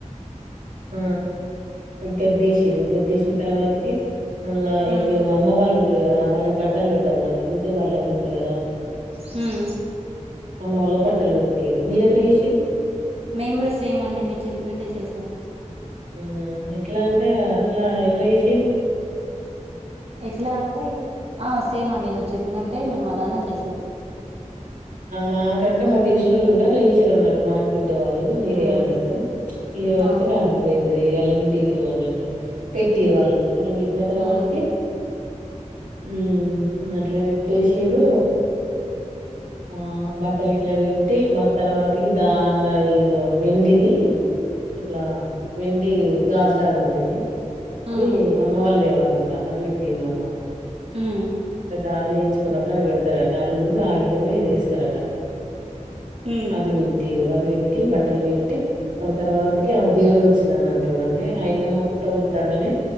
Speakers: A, on the right; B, on the right.
A: హ ఇజ్జత్ తీసిర్రు గద్దిష్ విన తర్వాతకి మళ్ళా ఇట్లు
B: ఉమ్ ఉమ్
A: అమ్మ వాళ్ళు ఉంటారు కదా వాళ్ళకి బట్టలు పెట్టాలన్నమాట ఇంటి వాళ్ళకి ఉంటారు కదా
B: హమ్
A: అమ్మ వాళ్ళకి బట్టలు పెట్టారు మీరు ఎట్లా చేసారు
B: మేము కూడా సేమ్ అండి మీరు చెప్పినట్టే చేసాం
A: అవునా ఎట్లా అంటే అ ఏట్లా ఎట్లా చేసరా
B: ఎట్లా అంటే ఇక ఆ సేమ్ అండి నువ్వు చెప్పినట్టే మేము అలానే చేస్తాం సం
A: మాకంటే మాకు తెలిసిన వాళ్ళు ఉంటే అట్లా చేసిళ్ళు వున్నట్టు మా వాళ్ళు వేరే
B: ఉహు
A: అన్నట్టు ఈ వరుసగా
B: ఆ
A: ఆడబిడ్డ అయ అళ్ళకింటి పోయినం అన్నట్టు పెట్టిరు వాళ్ళు అట్లా పెట్టిన తర్వాతకి
B: ఉమ్
A: హమ్ అట్ల పెట్టేషేరు ఆ బట్టలు ఇట్లా పెట్టి మగ తర్వాతకి దాన్న ఇదో వెండిది ఇట్లా వెండి గాజులాగా ఉంటది అది
B: ఉమ్
A: అమ్మ వాళ్ళదివాల అది పెట్టి మళ్ళా
B: ఉమ్
A: దాన్ని ఎంచుకున్న పెడుతారట ఇన్న రాగిదొ ఏదో ఏస్తారట
B: ఉమ్
A: అది విట్టేరు అది విట్ పెట్టి బట్టలు పెట్టి మళ్ళీ తర్వాతకి దేవుడు వచ్చింది అన్నట్టు అంటే ఆ ఇల్లమ్మ పుట్టవుళ తంట్రినే